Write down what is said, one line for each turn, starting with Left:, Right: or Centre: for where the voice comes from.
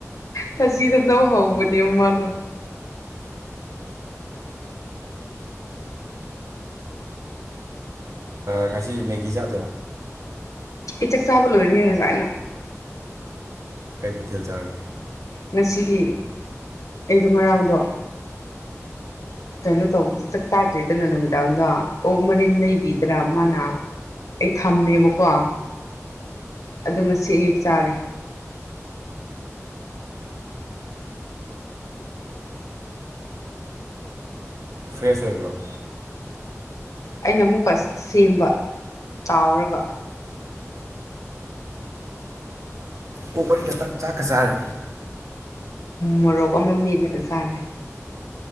Left: ꯊꯥꯖꯤꯗ ꯅꯧ ꯍꯧꯕꯅꯦꯕ ꯃꯥꯗꯣ
Right: ꯉꯁꯤ ꯃꯦꯒꯤꯗ
Left: ꯏꯆꯛ ꯁꯥꯥꯕ ꯂꯣꯏꯔꯦꯅꯁꯨꯥꯏꯅ
Right: ꯀꯩ ꯃꯊꯦꯜ ꯆꯥꯡꯏꯦ
Left: ꯉꯁꯤꯗꯤ ꯑꯩꯗꯣ ꯉꯔꯥꯡꯗꯣ ꯀꯩꯅꯣ ꯇꯧꯕꯗ ꯆꯥꯛꯇꯥꯥꯗ꯭ꯔꯦꯗꯅ ꯅꯨꯃꯤꯗꯥꯡꯗꯣ ꯑꯣꯛ ꯃꯔꯤꯟ ꯂꯩꯕꯤꯗ꯭ꯔꯥ ꯃꯥꯅ ꯑꯩ ꯊꯝꯃꯦꯕꯀꯣ ꯑꯗꯣ ꯉꯁꯤ ꯑꯌꯨꯛ ꯆꯥꯔꯦ
Right: ꯐ꯭ꯔꯦꯁ ꯑꯣꯏꯕ꯭ꯔꯣ
Left: ꯑꯩꯅ ꯑꯃꯨꯛꯀ ꯁꯦꯝꯕ ꯇꯥꯎꯔꯒ
Right: ꯀꯣꯕꯔꯤꯗꯛꯇꯪ ꯆꯥꯛꯀ ꯆꯥꯔꯦ
Left: ꯃꯣꯔꯣꯛ ꯑꯃ ꯃꯦꯠꯂꯒ ꯆꯥꯔꯦ